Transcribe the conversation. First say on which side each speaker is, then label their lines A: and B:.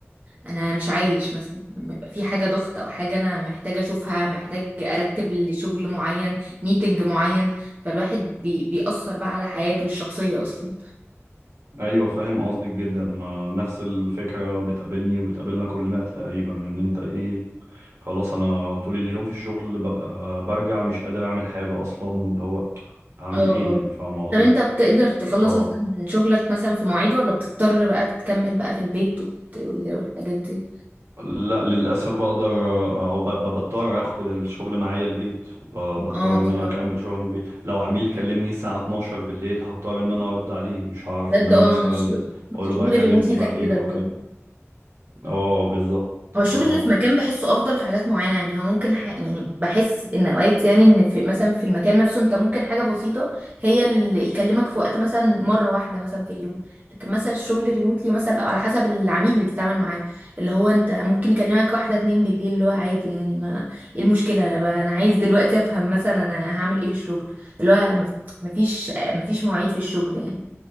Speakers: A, on the right; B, on the right.
A: انا مش عايش مثلا لما يبقى في حاجة ضغط او حاجة انا محتاجة اشوفها محتاج ارتب لشغل معين ميتنج معين فالواحد بي... بيأثر بقى على حياته الشخصية اصلا
B: ايوه فاهم قصدك جدا ما نفس الفكره بتقابلني وبتقابلنا كلنا تقريبا ان انت ايه خلاص انا طول اليوم في الشغل ببقى برجع مش قادر اعمل حاجه اصلا اللي هو هعمل
A: اه
B: ايه
A: اه
B: يعني فاهم قصدي
A: طب انت بتقدر تخلص
B: ف
A: مثلا من شغلك مثلا في مواعيد ولا بتضطر بقى تكمل بقى في البيت وت- وال- والحاجات دي
B: لا للاسف بقدر او ب- ب- بضطر اخد الشغل معايا البيت ب- بضطر
A: اه
B: ان
A: بصراحة
B: انا اكمل شغل البيت لو عميل كلمني الساعه 12 بالليل هضطر ان انا ارد عليه مش هعرف
A: بجد
B: ان انا
A: اه
B: مثلا
A: أنا الشغل
B: اقول
A: الشغل
B: له بقى كلمني
A: الريموتلي كان
B: بعدين
A: كده
B: او
A: بجد
B: كده اه بالظبط
A: هو الشغل
B: ف
A: اللي في مكان بحسه افضل في حاجات معينه يعني هو ممكن ح... يعني بحس ان اوقات يعني ان في مثلا في المكان نفسه انت ممكن حاجه بسيطه هي اللي يكلمك في وقت مثلا مره واحده مثلا في اليوم لكن مثلا الشغل الريموتلي مثلا او على حسب العميل اللي بتتعامل معاه اللي هو انت ممكن يكلمك واحده اتنين بالليل اللي هو عادي يعني ما ايه المشكله انا ب... انا عايز دلوقتي افهم مثلا انا هعمل ايه في الشغل اللي هو مف- مفيش مفيش مواعيد في الشغل يعني